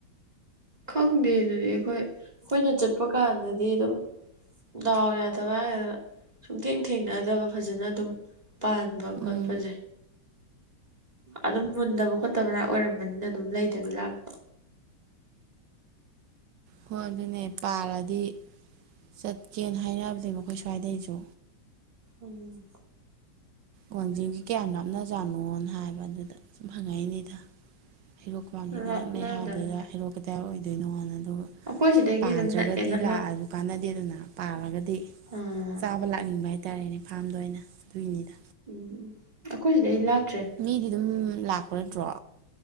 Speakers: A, on the right; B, on the right.
A: ꯈꯪꯗꯦ ꯑꯗꯨꯗꯤ ꯑꯩꯈꯣꯏ ꯑꯩꯈꯣꯏꯅ ꯆꯠꯄ ꯀꯥꯟꯗꯗꯤ ꯑꯗꯨꯝ ꯗꯥꯎ ꯌꯥꯗꯕ ꯍꯥꯏꯒꯗ꯭ꯔ ꯁꯨꯡꯊꯦꯡ ꯊꯦꯡꯅꯗꯕ ꯐꯖꯅ ꯑꯗꯨꯝ ꯄꯥꯟ ꯄꯥꯟꯕ ꯈꯣꯠꯄꯖꯦ
B: ꯎꯝ
A: ꯑꯗꯨꯝ ꯃꯨꯟꯗꯕ ꯈꯣꯠꯇꯕꯔꯥꯛ ꯑꯣꯏꯔꯝꯕꯅꯤꯅ ꯑꯗꯨꯝ ꯂꯩꯗꯕꯤ ꯂꯥꯛꯄ
B: ꯍꯣꯏ ꯑꯗꯨꯅꯦ ꯄꯥꯔꯗꯤ ꯆꯠꯀꯦꯅ ꯍꯥꯏꯅꯕꯅꯦꯕ ꯑꯩꯈꯣꯏ ꯁ꯭ꯋꯥꯏꯗꯩꯁꯨ
A: ꯎꯝ
B: ꯋꯥꯡꯖꯤꯡꯁꯤ ꯀꯌꯥꯝ ꯂꯥꯞꯅꯖꯥꯠꯅꯣꯅ ꯍꯥꯏꯕ ꯑꯗꯨꯗ ꯁꯨꯝ ꯍꯪꯉꯛꯏꯅꯤꯗ ꯍꯩꯔꯣꯛꯀ ꯋꯥꯡꯖꯤꯡꯒ
A: ꯂꯥꯞꯅꯗꯕꯅꯤꯗ
B: ꯅꯛꯅꯩ ꯍꯥꯏꯕꯗꯨꯗ ꯍꯩꯔꯣꯛ ꯀꯗꯥꯥꯏ ꯑꯣꯏꯗꯣꯏꯅꯣꯗ ꯑꯗꯨꯒ
A: ꯑꯩꯈꯣꯏ ꯁꯤꯗꯒꯤ
B: ꯄꯥꯟꯗ꯭ꯔꯒꯗꯤ
A: ꯑꯗꯨꯝ ꯅꯛꯑꯦꯗ
B: ꯂꯥꯛꯑꯁꯨ ꯀꯥꯟꯅꯗꯦꯗꯅ ꯄꯥꯜꯂꯒꯗꯤ
A: ꯎꯝ
B: ꯆꯥꯕ ꯂꯥꯛꯅꯤꯡꯕ ꯍꯥꯏꯇꯥꯔꯦꯅꯦ ꯐꯥꯔꯝꯗ ꯑꯣꯏꯅ ꯑꯗꯨꯏꯅꯤꯗ
A: ꯑꯣ ꯑꯩꯈꯣꯏ ꯁꯤꯗꯩ ꯂꯥꯞ
B: ꯃꯤꯗꯤ ꯑꯗꯨꯝ ꯂꯥꯛꯄ ꯅꯠꯇ꯭ꯔꯣ